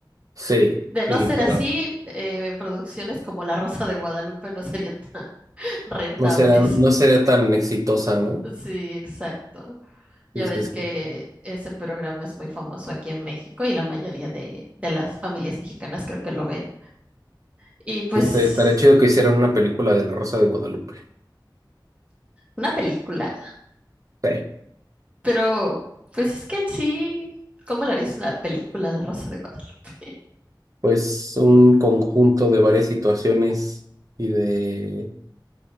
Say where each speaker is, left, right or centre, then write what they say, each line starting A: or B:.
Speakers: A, on the right; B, on the right.
A: Sí,
B: De no
A: y,
B: ser
A: pero
B: así, eh, producciones como La Rosa de Guadalupe no serían tan <laughs> rentables.
A: no será, no sería tan exitosa, ¿no?
B: Sí, exacto. Ya
A: Sí,
B: ves
A: sí, sí.
B: que ese programa es muy famoso aquí en México y la mayoría de, de las familias mexicanas creo que lo ven. Y pues
A: Este, estaría chido que hicieran una película de La Rosa de Guadalupe.
B: una película,
A: Sí,
B: pero pues es que en sí, ¿cómo le harías una película a La Rosa de Guadalupe? <laughs>
A: pues un conjunto de varias situaciones y de...